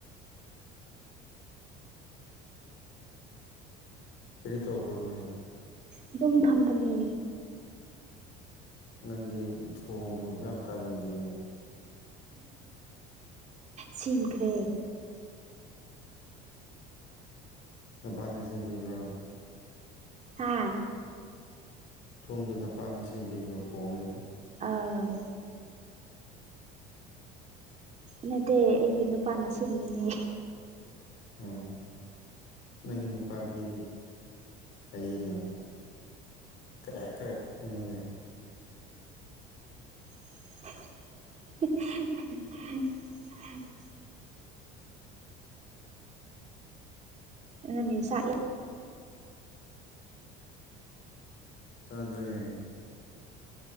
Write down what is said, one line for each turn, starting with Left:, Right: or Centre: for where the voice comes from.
Left: ꯀꯔꯤ ꯇꯄꯅ
Right: ꯑꯗꯨꯝ ꯐꯝꯕꯅꯦ
Left: ꯅꯪꯒꯤ ꯊꯣꯡꯗꯨ ꯌꯥꯝ ꯇꯥꯅꯤꯡꯗꯦꯅꯤ
Right: ꯁꯤꯝꯈ꯭ꯔꯦ
Left: ꯃꯄꯥꯥꯟꯅ ꯁꯦꯝꯕꯤꯕ꯭ꯔꯣ
Right: ꯍꯥꯥ
Left: ꯊꯣꯡꯗꯨꯅ ꯄꯥꯟꯅ ꯁꯦꯝꯕꯤꯕ꯭ꯔꯣ ꯈꯣꯡꯉꯦꯕ
Right: ꯑꯥ ꯅꯠꯇꯦ ꯑꯩꯒꯤ ꯅꯨꯄꯥꯅ ꯁꯦꯝꯕꯅꯦ
Left: ꯑꯣ ꯅꯪꯒꯤ ꯅꯨꯄꯥꯗꯤ ꯑꯩꯅꯦ ꯀ ꯀꯔꯦ ꯈꯅꯤꯅꯦ
Right: <unintelligible> ꯑꯗꯨꯅꯦꯥꯛ ꯌꯥꯝ
Left: ꯇꯗꯔꯦ